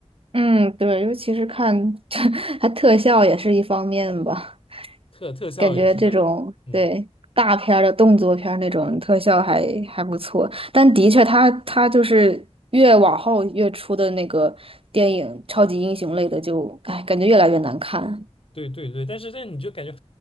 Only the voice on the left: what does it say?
特特效也是，
但是嗯。
对对对，但是但你就感觉